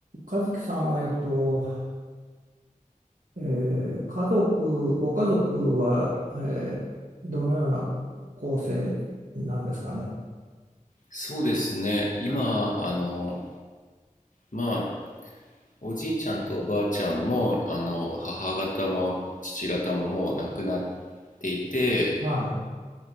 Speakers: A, on the right; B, on the left.
A: 和樹さんは、えっと、えー家族、ご家族は、えーどのような構成なんですかね。
B: そうですね。今、
A: はい。
B: あの、まあ、おじいちゃんとおばあちゃんも、あの、母方も父方ももう亡くなっていて、
A: はい。